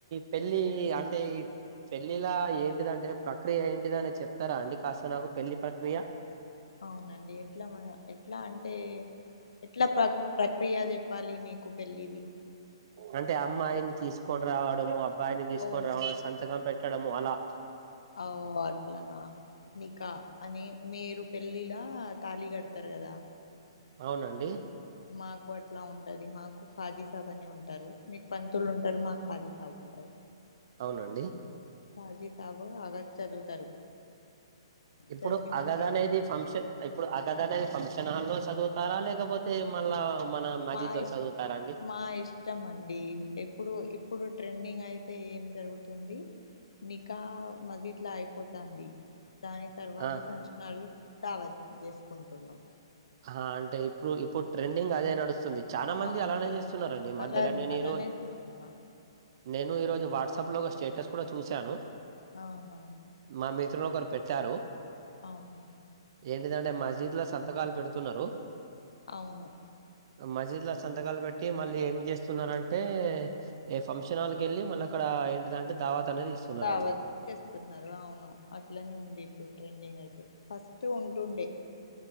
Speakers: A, on the right; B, on the left.
A: పెళ్ళి అంటే పెళ్ళిల ఏంటిదంటే ప్రక్రియ ఏంటిద అని చెప్తారా అండి కాస్త నాకు పెళ్లి ప్రక్రియ
B: అవునండి ఎట్ల మన ఎట్లా అంటే ఎట్లా ప్ర ప్రక్రియ చెప్పాలి మీకు పెళ్లిది
A: అంటే అమ్మాయిని తీసుకొని రావడం అబ్బాయిని తీసుకొని
B: ఓ
A: రావడం సంతకం పెట్ ట్టడము అలా
B: ఔ అట్లానా నికా అని మీరు పెళ్ళిలా తాళి కడతరు కదా
A: అవునండి
B: మాకు అట్లా ఉండది మాకు ఖాజీ సాబనే అని ఉంటారు మీకు పంతులు ఉంటరు మాకు ఖాజీ సాబ ఆ
A: అవునండి
B: రాజీతాబు ఆగ చదువుతరు
A: ఇప్పుడు
B: చదివినతరు
A: అగద్ అనేది ఫంక్షన్ ఇప్పుడు అగధనేది ఫంక్షన్ హాల్లో చదువుతారా లేకపోతే మళ్ళా మన మస్జిద్
B: మాయిష్
A: లో చదువుతారా అండి
B: మాయిష్ ష్టం అండి ఇప్పుడు ఇప్పుడు ట్రెండింగయితే ఏం జరుగుతుంది నకా మదిట్ల పోతుంది దాని తర్వాత
A: ఆ
B: ఫాంన్షాన్హాల్లలల్లో ధావత్ చేసుకుంటున్నాం
A: ఆ అంటే ఇప్పుడు ఇప్పుడు ట్రెండింగ్ అదే నడుస్తుంది చానా మంది
B: ఆ,
A: అలానే
B: అదే
A: చేస్తున్నారండి మధ్యలో
B: అలా
A: నేనీరోజు
B: అలానే చేస్తున్నాం
A: నేను ఈరోజు వాట్సాప్లో ఒక స్టేటస్ కూడా చూశాను
B: ఆహ
A: మా మిత్రులు ఒకరు పెట్టారు
B: అవును
A: ఏంటిదంటే మజీద్ల సంతకాలు పెడుతున్నరు
B: అవును
A: మజీద్ల సంతకాలు పెట్టి మళ్ళీ ఏం చేస్తున్నరంటే ఏ ఫంక్షన్ హాల్కేల్లి మళ్ళక్కడ ఏంటిదంటే దావాత్ అనేది ఇస్తున్నారండి
B: దావత్ చేస్తున్నరు అవును అట్లనే ఉంది ఇప్పుడు ట్రెండింగ్ అయితే ఫస్ట్ ఉంటుండే